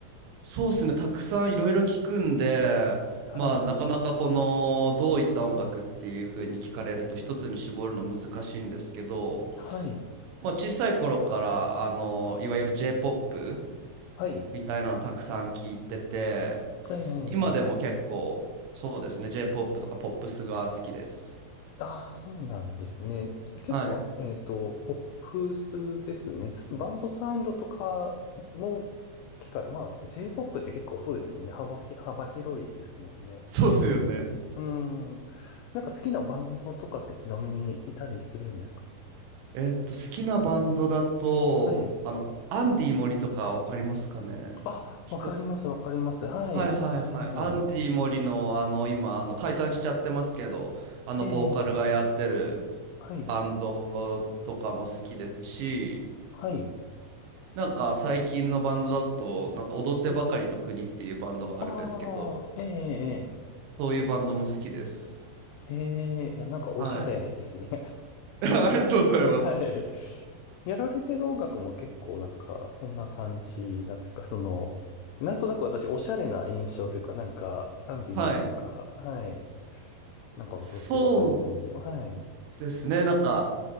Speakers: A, on the right; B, on the left.
A: そうですね、たくさんいろいろ聞くんで、
B: はい。
A: まあ、なかなかこのどういった音楽っていう風に聞かれると一つに絞るの難しいんですけど、
B: はい。
A: まあ、小さい頃からあのいわゆる J-POP
B: はい。
A: みたいなのたくさん聞いてて、
B: はい。えーえーえー
A: 今でも結構そうですね、J-POP とかポップスが好きです。
B: ああ、そうなんですね。結構、
A: はい。
B: えっと、ポップスですね。バンドサウンドとかも聞かれ、まあ、J-POP って結構そうですもんね。幅ひ、幅広いですもんね。
A: そうっすよね。
B: うーん。なんか好きなバンドとかってちなみにいたりするんですか
A: えーっと、好きなバンドだと、
B: はい。
A: あの、アンディ森とかわかりますかね聞いた
B: あ、わかります、わかります。はい。
A: はいはいはい。
B: ええ、
A: アンディ森のあの今あの解散しちゃってますけど、あのボーカルがやってる
B: ええ、はい、
A: バンドとかも好きですし、
B: はい、
A: なんか最近のバンドだと、なんか踊ってばかりの国っていうバンドがあるんですけど、
B: はい。ああ、ええ、
A: そういうバンドも好きです。
B: ええ、ええいや、なんかおしゃれですね。
A: はい。<laughs> ありがとうございます。
B: <laughs> はい。やられてる音楽も結構なんか、そんな感じなんですかその、なんとなく私、おしゃれな印象というか、なんか、アンディ・
A: はい。
B: モリとか、はい。なんか踊ってばかりの子にも、
A: そう
B: はい。
A: ですね。なんか、